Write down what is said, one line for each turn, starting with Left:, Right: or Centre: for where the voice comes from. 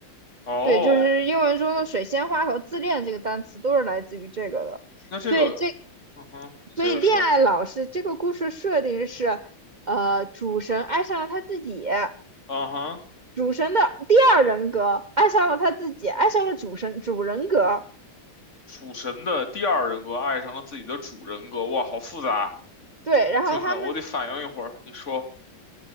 Left: 哦，
Right: 对，就是英文中的水仙花和自恋这个单词都是来自于这个的。
Left: 那这个，
Right: 对，这
Left: 嗯哼，你接着说。
Right: 所以恋爱老师这个故事设定是，呃，主神爱上了他自己，
Left: 嗯哼，
Right: 主神的第二人格爱上了他自己，爱上了主神主人格。
Left: 主神的第二人格爱上了自己的主人格，哇，好复杂。
Right: 对，然后他们
Left: 听着，我得反应一会儿。你说，